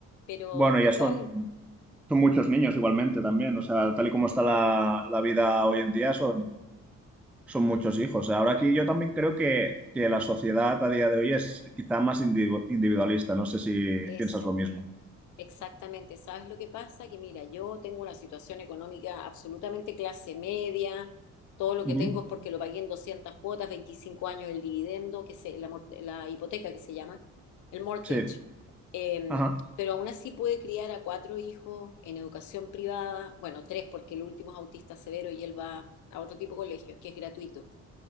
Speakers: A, on the left; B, in the centre.
A: pero
B: Bueno, ya
A: igual
B: son Son muchos niños igualmente también, o sea, tal y como está la, la vida hoy en día, son, son muchos hijos. Ahora aquí yo también creo que, que la sociedad a día de hoy es quizá más individu- individualista, no sé si
A: eso.
B: piensas lo mismo.
A: Exactamente, ¿sabes lo que pasa? Que mira, yo tengo una situación económica absolutamente clase media, todo lo
B: Ujú,
A: que tengo es porque lo pagué en 200 cuotas, 25 años el dividendo, que se, la, mor- la hipoteca que se llama, el mortgage,
B: Sí,
A: Eh,
B: ajá,
A: pero aún así pude criar a cuatro hijos en educación privada, bueno, tres porque el último es autista severo y él va a otro tipo de colegios, que es gratuito.